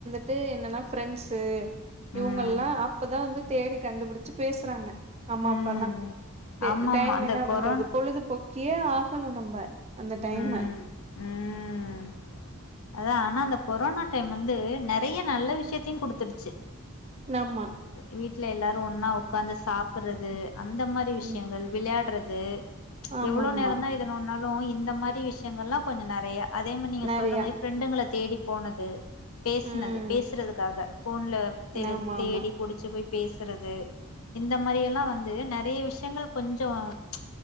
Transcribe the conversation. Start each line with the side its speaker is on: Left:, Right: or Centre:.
Right: ட்டு என்னன்னா ஃப்ரெண்ட்ஸ்ஸு இவுங்கல்லா
Left: ம்
Right: அப்ப தா வந்து தேடி கண்டுபுடிச்சு பேசுறாங்க நம்ம
Left: ம்
Right: அப்பல்லா தே
Left: ஆமாமா
Right: டைம்
Left: அந்த
Right: என்னபண்றது
Left: கொரோன்
Right: பொழுதுபோ கியே ஆஃப் பண்னு நம்ப அந்த டைமு
Left: ம் ம் அதா, ஆனா அந்த கொரோனா டைம் அந்து, நெறைய நல்ல விஷயத்தையுங் குடுத்துடுச்சு.
Right: நம்மா
Left: வீட்ல எல்லாரு ஒன்னா ஒக்காந்து சாப்புறது அந்த மாரி விஷயங்கள்
Right: ம்
Left: விளையாட்றது
Right: ஆமா
Left: எவ்ளோ
Right: ஆமா
Left: நேரந்தா இத நோண்னாலும் இந்த மாரி விஷயங்கல்லா கொஞ்சொ நெறைய அதே மநீங்க
Right: நெறையா
Left: சொல்ற மரி ஃப்ரெண்டுங்கள தேடி போனது பேசுனது
Right: ம்
Left: பேசுறதுக்காக ஃபோன்ல தெரிது
Right: ஆமா
Left: தேடிப்புடி
Right: ஆமா
Left: ச்சுபோய் பேசுறது இந்த மாறி எல்லா வந்து நெறைய விஷயங்கள் கொஞ்சோ ம்ச்